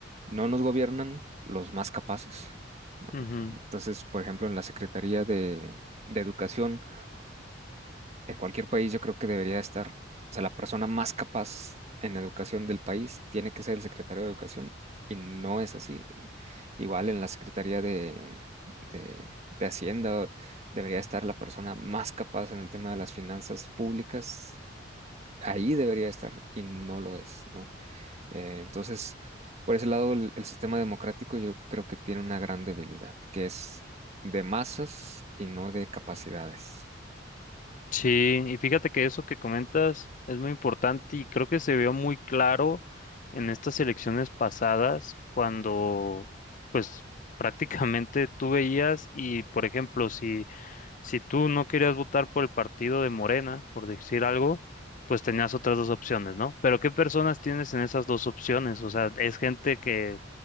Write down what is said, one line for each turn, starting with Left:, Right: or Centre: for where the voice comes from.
Right: no nos gobiernan los más capaces, ¿no?
Left: ujú.
Right: Entonces, por ejemplo, en la Secretaría de de Educación, en cualquier país yo creo que debería estar, o sea, la persona más capaz en educación del país tiene que ser el secretario de educación y no es así. Igual en la Secretaría de, de, de Hacienda debería estar la persona más capaz en el tema de las finanzas públicas. Ahí debería estar y no lo es, ¿no? Eh, entonces, por ese lado, el, el sistema democrático yo creo que tiene una gran debilidad, que es de masas y no de capacidades.
Left: Sí, y fíjate que eso que comentas es muy importante y creo que se vio muy claro en estas elecciones pasadas cuando pues prácticamente tú veías y por ejemplo si si tú no querías votar por el partido de Morena, por decir algo, pues tenías otras dos opciones, ¿no? Pero ¿qué personas tienes en esas dos opciones? O sea, es gente que